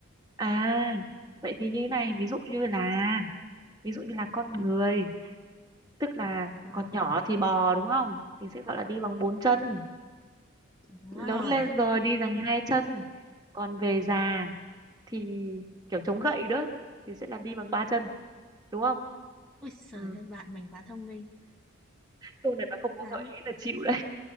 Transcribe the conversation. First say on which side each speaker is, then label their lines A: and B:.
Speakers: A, on the right; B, in the centre.
A: à vậy thì như thế này ví dụ như là ví dụ như là con người tức là
B: À,
A: còn nhỏ thì bò đúng không thì sẽ gọi là đi bằng bốn chân
B: đúng
A: lớn
B: rồi.
A: lên rồi đi bằng hai chân còn về già thì kiểu chống gậy nữa thì sẽ là đi bằng ba chân đúng không
B: Ui giời
A: ừ.
B: ơi, bạn mình quá thông minh.
A: câu này mà không có
B: À,
A: gợi ý là chịu đấy